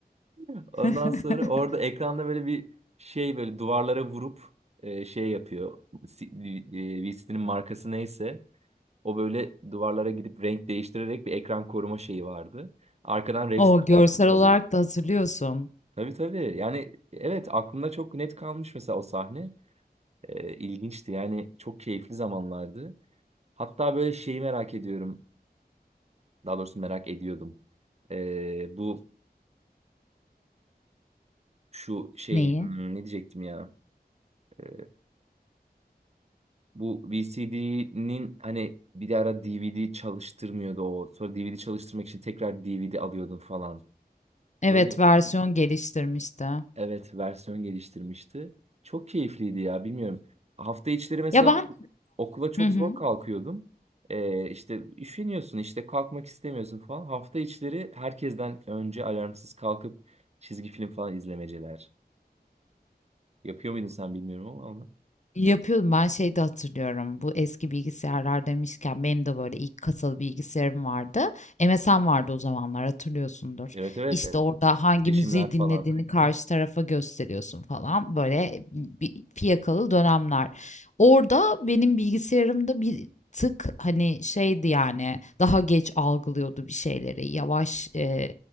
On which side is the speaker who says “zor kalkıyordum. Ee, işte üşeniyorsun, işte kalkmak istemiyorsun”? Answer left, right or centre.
Right